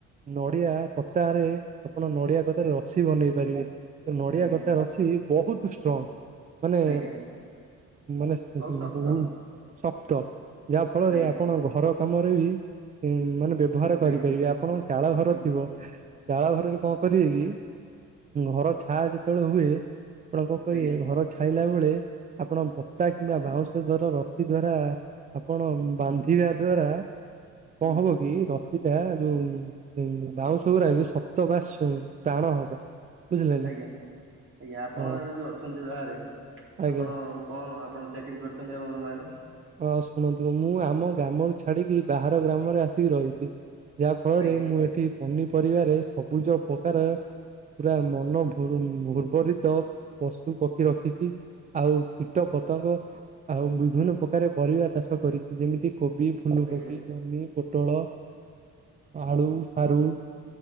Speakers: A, on the right; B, on the right.
A: ନଡିଆ କତାରେ ଆପଣ ନଡିଆ କତାରେ ରସି ବନେଇ ପାରିବେ। ନଡିଆ
B: ଆଜ୍ଞା
A: କତା
B: ଆଜ୍ଞା
A: ରସି ବହୁତ ଷ୍ଟ୍ରଙ୍ଗ। ମାନେ
B: ଆଜ୍ଞା
A: ମାନେ
B: ବହୁତ ଶକ୍ତ
A: ବହୁ- ଶପ୍ତ। ଯାହା ଫଳରେ
B: ଆଜ୍ଞା
A: ଆପଣ
B: ହୁଁ
A: ଘର କାମରେ ବି ମାନେ ବ୍ୟବହାର କରିପାରିବେ
B: ଆଜ୍ଞା
A: ଆପଣଙ୍କ ଚାଳ ଘର
B: ଆଜ୍ଞା
A: ଥିବ। ଚାଳ ଘରରେ କଣ କରିବେ କି ଘର ଛା ଯେତେବେଳେ ହୁଏ ଆପଣ କଣ କରିବେ
B: ଆଜ୍ଞା
A: ଘର ଛାଇଲା ବେଳେ ଆପଣ ବତା କିମ୍ବା ବାଉଁଶ ଦ୍ଵାରା ରସିି ଦ୍ଵାରା ଆପଣ ବାନ୍ଧିବା
B: ହୁଁ
A: ଦ୍ଵାରା କଣ
B: ହୁଁ
A: ହବ କି ରସି ଏ ଯୋଉ ବାଉଁଶ ଗୁରା ଶକ୍ତ ବା ଟାଣ ହବ ବୁଝିଲେ ନା।
B: ଆଜ୍ଞା ଆଜ୍ଞା ଆପଣ
A: ହଁ
B: ଏବେ ଯୋଉ ଅଛନ୍ତି ବାହାରେ
A: ଆଜ୍ଞା।
B: ଆପଣ କଣ ଆପଣ ଚାକିରି କରିଛନ୍ତି ଆପଣ ବାହାରେ
A: ହଁ ଶୁଣନ୍ତୁ ମୁଁ ଆମ ଗ୍ରାମରୁ ଛାଡିକି ବାହାର ଗ୍ରାମରେ ଆସିକି ରହିଛି। ଯାହା ଫଳରେ
B: ଆଜ୍ଞା
A: ମୁଁ ଏଠି ପନିପରିବାରେ ସବୁଜ ପ୍ରକାର ପୁରା ମନ ଭୁ ଉର୍ବରିତ ପଶୁ ପକ୍ଷୀ ରଖିଛି ଆଉ କୀଟ ପତଙ୍ଗ ଆଉ ବିଭିନ୍ନ ପ୍ରକାର ପରିବା ଚାଷ କରିଛି ଯେମିତି କୋବି ଫୁଲକୋବି
B: ଆଜ୍ଞା
A: ଜହ୍ନି ପ ପୋଟଳ ଆଳୁ ସାରୁ